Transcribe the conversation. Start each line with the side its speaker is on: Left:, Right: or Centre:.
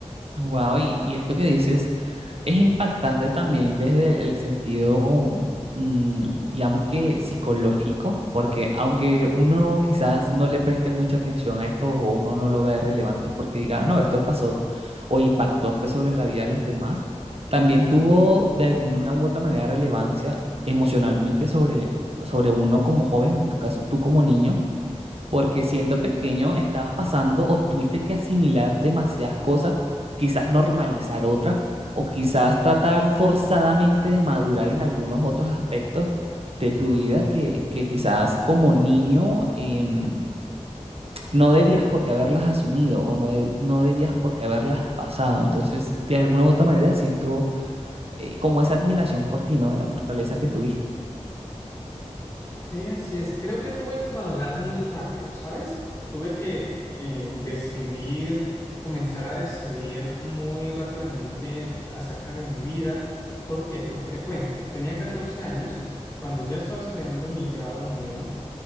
Right: Wow, y, y esto que dices es impactante también desde el sentido, mm, digamos que psicológico, porque aunque uno quizás no le preste mucha atención a esto o uno no lo vea relevante porque diga, no, esto pasó o impactó, fue sobre la vida de los demás, también tuvo de alguna u otra manera relevancia emocionalmente sobre, sobre uno como joven, en tu caso tú como niño porque siendo pequeño estabas pasando o tuviste que asimilar demasiadas cosas, quizás normalizar otras, o quizás tratar forzadamente de madurar en algunos otros aspectos de tu vida que, que quizás como niño em, no debías por qué haberlas asumido o no, de- no debías por qué haberlas pasado. Entonces, de alguna u otra manera siento eh, como esa admiración por ti, ¿no? De la fortaleza que tuviste.
Left: Sí, así es. Creo que tuve que madurar muy rápido, ¿sabes? Tuve que eh, decidir, comenzar a decidir muy rápidamente acerca de mi vida. ¿Por qué? Porque te cuento, tenía 14 años cuando ya estaba estudiando mi grado noveno